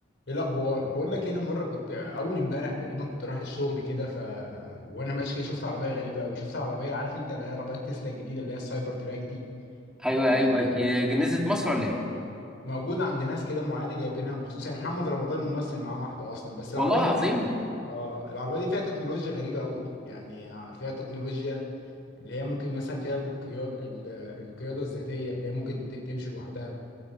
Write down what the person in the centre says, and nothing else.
ايوه
ايوه هي نزلت مصر ولا ايه؟
والله
العظيم